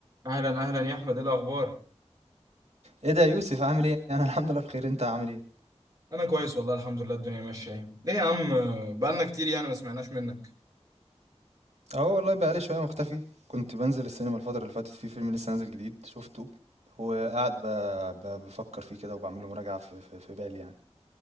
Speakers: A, on the right; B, on the right.
A: اهلا اهلا يا احمد ايه الاخبار
B: ايه ده يا يوسف عامل ايه انا الحمد لله بخير انت عامل ايه
A: انا كويس والله الحمد لله الدنيا ماشيه ايه ليه يا عم بقالنا كتير يعني ما سمعناش منك
B: اهو والله بقالي شويه مختفي كنت بنزل السينما الفتره اللي فاتت في فيلم لسه نازل جديد شفته وقاعد ب... ب... بفكر فيه كده وبعمل له مراجعه في... في... في بالي يعني